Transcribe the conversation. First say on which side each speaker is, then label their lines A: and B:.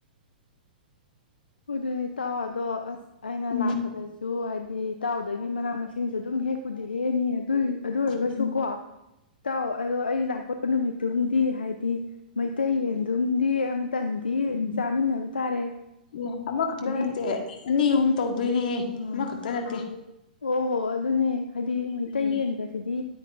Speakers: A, on the left; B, on the left.
A: ꯑꯗꯨꯗꯤ ꯏꯇꯥꯎ ꯑꯗꯣ ꯑꯁ ꯑꯩꯅ
B: ꯎꯝ
A: ꯂꯥꯛꯄꯗꯁꯨ ꯍꯥꯏꯗꯤ ꯏꯇꯥꯎꯗꯒꯤ ꯃꯅꯥ ꯃꯁꯤꯡꯁꯨ ꯑꯗꯨꯝ ꯍꯦꯛ ꯄꯨꯗꯦꯍꯦ ꯑꯅꯤ ꯍꯥꯏ ꯑꯝ ꯑꯗꯨ ꯑꯣꯏꯔꯒꯁꯨ
B: ꯎꯝ
A: ꯀꯣ ꯇꯥꯎ ꯑꯗꯣ ꯑꯩ ꯂꯥꯛꯄ ꯅꯨꯃꯤꯠ ꯑꯗꯨꯝꯗꯤ ꯍꯥꯏꯗꯤ ꯃꯩꯇꯩ ꯌꯦꯟꯗꯨꯝꯗꯤ ꯑꯝꯇꯪꯗꯤ
B: ꯎꯝ
A: ꯆꯥꯃꯤꯟꯅꯕ ꯇꯥꯔꯦ
B: ꯑꯦ ꯑꯃꯈꯛꯇ
A: ꯍꯥꯏꯗꯤ
B: ꯅꯠꯇꯦ ꯑꯅꯤ ꯑꯍꯨꯝ ꯇꯧꯗꯣꯏꯅꯦꯍꯦ
A: ꯑꯥ
B: ꯑꯃꯈꯛꯇ ꯅꯠꯇꯦ <inaudible>
A: ꯑꯣ ꯍꯣ ꯑꯗꯨꯅꯦ ꯍꯥꯏꯗꯤ ꯃꯩꯇꯩ
B: ꯎꯝ
A: ꯌꯦꯟꯒꯁꯤꯗꯤ